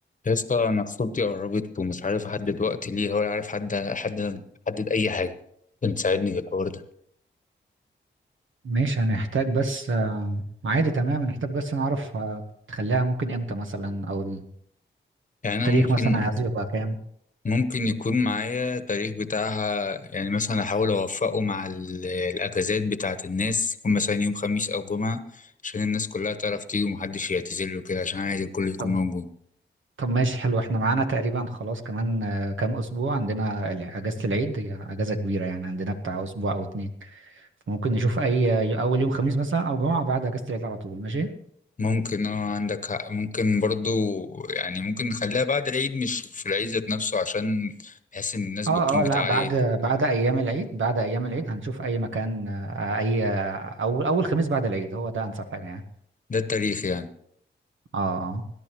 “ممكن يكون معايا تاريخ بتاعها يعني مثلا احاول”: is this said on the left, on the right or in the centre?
Left